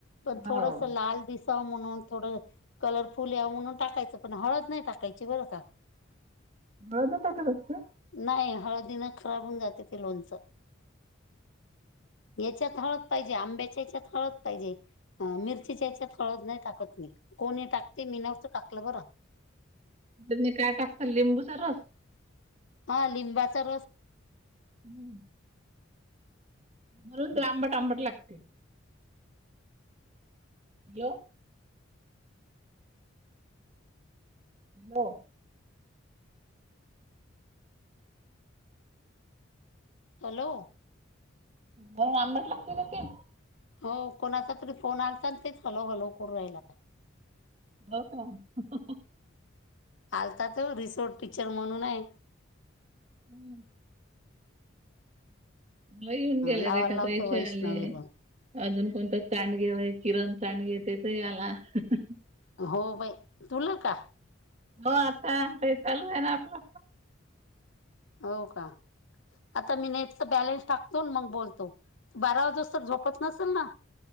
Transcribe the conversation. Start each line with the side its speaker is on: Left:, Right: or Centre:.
Left: पण थोडस
Right: हो
Left: लाल दिस त म्हणून थोडं कलरफुल या म्हणून टाकायचं पण हळद नाही टाकायची बरं का.
Right: हळद नाही टाकत असंत.
Left: नाही हळदी न खराब होऊन जातं ते लोणचं.
Right: <inaudible>
Left: याच्यात हळद पाहिजे आंब्याच्या हच्यात हळद पाहिजे. अ मिरचीच्या याच्यात हळद नाही टाकत मी कोणी टाकते मिनवत टाकलं बरं.
Right: तुम्ही काय टाकता लिंबूचा रस?
Left: हा लिंबाचा रस.
Right: हम्म. म्हणून ते आंबट आंबट लागते. यो. हॅलो.
Left: हॅलो.
Right: म आंबट लागतं ना ते.
Left: हो कोणाचा तरी फोन आलता आणि तेच हलव हलव करू राहिला काय.
Right: हो का.
Left: आलता त रिसोट टिचर म्हणून आहे.
Right: हम्म. मला येऊन गेला
Left: लावायला
Right: रेखा
Left: लावतो
Right: ताईचे
Left: वैष्णवीला
Right: आले. अजून कोणता स्टॅन्ड घेवाय किरण स्टॅन्ड घेेतेत याला हं हं.
Left: हो बाई तुला का?
Right: हो आता ते चालू आहे ना आपलं.
Left: हो का आता मी नेटच बॅलन्स टाकतोन मंग बोलतो. बारा वाजेस्तो झोपत नसेल ना?